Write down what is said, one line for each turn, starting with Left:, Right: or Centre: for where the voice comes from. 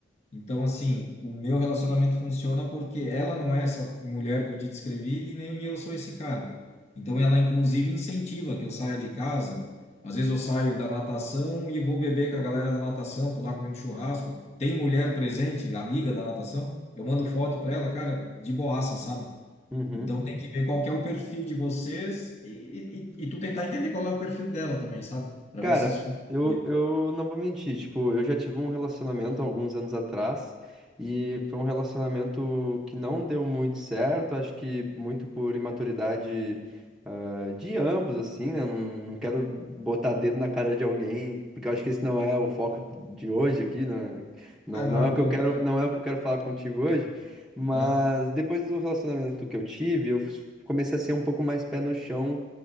Left: Então, assim, o meu relacionamento funciona porque ela não é essa mulher que eu te descrevi e nem eu sou esse cara. Então ela, inclusive, incentiva que eu saia de casa. Às vezes eu saio da natação e vou beber com a galera da natação, tô lá comendo churrasco. Tem mulher presente, amiga da natação, eu mando foto pra ela, cara, de boaça, sabe?
Centre: Uhum.
Left: Então tem que ver qual que é o perfil de vocês e, e, e e tu tentar entender qual é o perfil dela também, sabe? Pra
Centre: Cara,
Left: ver se isso
Centre: eu,
Left: funciona.
Centre: eu não vou mentir, tipo, eu já tive um relacionamento há alguns anos atrás e foi um relacionamento que não deu muito certo, acho que muito por imaturidade, ah, de ambos, assim, né? Não, não quero botar dedo na cara de alguém, porque eu acho que esse não é o foco de hoje aqui, né? Não,
Left: É, não
Centre: não
Left: é o
Centre: é o que
Left: ponto,
Centre: eu quero,
Left: né?
Centre: não é o que eu quero falar contigo hoje, mas
Left: Tá,
Centre: depois do relacionamento que eu tive, eu comecei a ser um pouco mais pé no chão